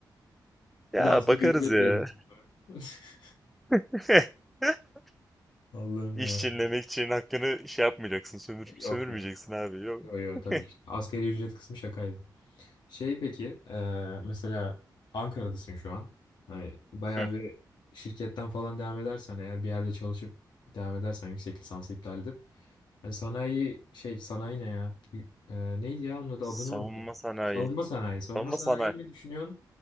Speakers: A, in the centre; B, on the left.
A: Ya
B: Bir de asgari
A: bakarız
B: ücret
A: ya.
B: veririm. <laughs>
A: <laughs>
B: Allah'ım
A: İş
B: ya.
A: çinlemek için hakkını şey yapmayacaksın, sömür,
B: Yok
A: sömürmeyeceksin
B: yok.
A: abi. Yok.
B: Yok yok
A: <laughs>
B: tabii ki. Asgari ücret kısmı şakaydı. Şey peki, eee, mesela Ankara'dasın şu an. Hani bayağı
A: Hı.
B: bir şirketten falan devam edersen eğer bir yerde çalışıp devam edersen yüksek lisansı iptal edip hani sanayi şey sanayi ne ya? Y- eee, neydi ya onun adı adını
A: Savunma
B: unuttum.
A: sanayi.
B: Savunma sanayi. Savunma
A: Savunma
B: sanayi
A: sanayi.
B: mi düşünüyorsun?